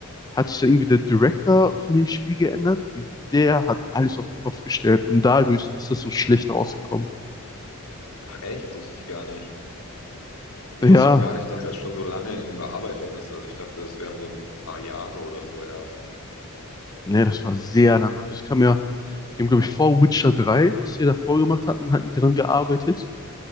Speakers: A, on the left (about 20°); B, on the left (about 80°).
A: hat sich dann irgendwie der Director von dem Spiel geändert und der hat alles auf den Kopf gestellt und dadurch ist das so schlecht rausgekommen.
B: Ach echt? Das wusste ich gar nicht. Ich
A: Ja,
B: wusste auch gar nicht, dass das schon so lange in Bearbeitung ist. Also ich dachte, das wären so ein paar Jahre oder so erst.
A: ne, das war sehr lange. Das kam ja, dem glaube ich vor Witcher 3, was die davor gemacht hatten, hatten die dran gearbeitet.